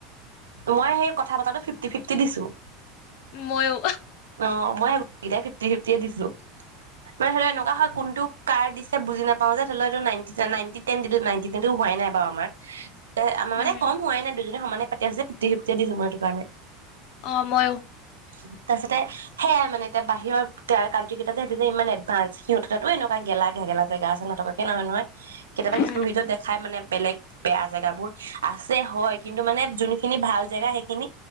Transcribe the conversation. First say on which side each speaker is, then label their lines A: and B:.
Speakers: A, on the right (about 75°); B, on the left (about 55°).
A: মই সেই কথা পতটো ফিফটি ফিফটি দিছো
B: মইয়ো
A: অহ মইেইাই ফিফটি ফিফট দিছো মানে ধৰি লও এনেকুৱা হয় কোনটো কাৰ দিছে বুজি নাপাওওঁ যে ধৰি লওটো ন নটি টেন দি নাইনটি টনটো হোৱাই নাইাৰু আমাৰ আমাৰ
B: উম
A: মানে কম হোৱাই নাই দুজন সমানে পাতিাই আছে যে পুি সিপটিয় দিছো সেইটো কাৰণে
B: অ ময়ো
A: উ তাৰপিছতে সোইানেতিয়া বাহৰ ত কানট্ৰ ককেইটা যে সহতি যে ই এভান্স সিহততে তাতো এনেকুৱা গেলা ঘেগেলা জেগা আছে নথকাকে নহয় নহয় কেতিয়াবা কিছুমান
B: উম
A: ভিতৰত দেখাই মানে বেলেগ বেয়া জেগাাবোৰ আছে হয় কিন্তু মানে যোনখিনি ভাল জেগা সেইখিনি